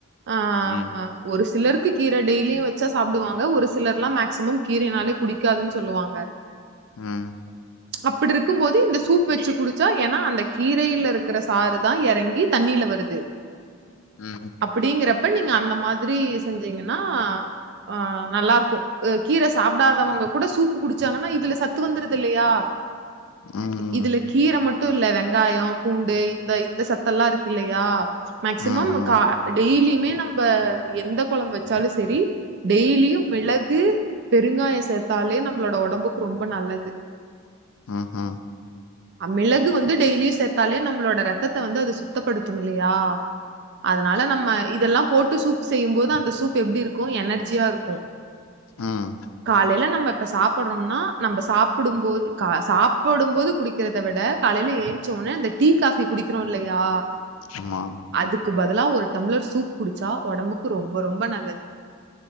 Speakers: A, on the right; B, on the left.
A: ஆ
B: ம்
A: ஒரு சிலருக்கு கீரை டெய்லியும் வச்சா சாப்பிடுவாங்க ஒரு சி லர்லா மேக்சிமம் கீரைையனாலே புடிக்காதுன்னு சொல்லுவாங்க
B: ம்
A: அப்டி இருக்கும் போது இந்த சூப் வச்சு குடிச்சா ஏன்னா அந்த கீரையில இருக்கிற சாறுதா எறங்கி தண்ணில வருது
B: ம்
A: அப்டிங்கறப்ப நீங்க அந்த மாதிரி செஞ்சீங்கன்னா அ நல்லா இருக் கு கீரை சாப்பிடாதவங்க கூட சூப்பு குடிச்சாங்கன்னா இதுல சத்து வந்துருது இல்லையா
B: ம் ம்
A: இதுல கீரை மட் டு இல்ல வெங்காயம் பூண்டு இந்த இந்த சத்த எல்லா இருக்கு இல்லையா மேக்சிமம்
B: ம்
A: கா டெய்லியுமே நம்ப எந்த கொழம்பு வச்சாலு சரி டெய்லியு மிள கு பெருங்காயோ சேத்தாலே நம்மளோட ஒடம்புக்கு ரொம்ப நல்லது
B: ம் ம்
A: அ மிளகு வந்து டெய்லியு சேத்தாலே நம்மளோட ரத்தத்தை வந்து அது சுத்தப்படுத்தும் இல்லையா அதனால நம்ம இதெல்லா போட்டு சூப் செய்யும் போது அந்த சூப் எப்டி இருக்கு எனர்ஜியா இருக்கு
B: ம்
A: காலையில நம்ம இப்ப சாப்படுறோம்னா நம்ம சாப்பிடும்போது சாப்பிடும் போது குடி க்கிறத விட காலைய ஏஞ்சோடனே அந்த டீ காஃபி குடிக்கிறோ இல்லையா
B: ஆமா
A: அதுக்கு பதிலா ஒரு டம்ளர் சூப் குடிச்சா ஒடம்புக்கு ரொம்ப ரொம்ப நல்லது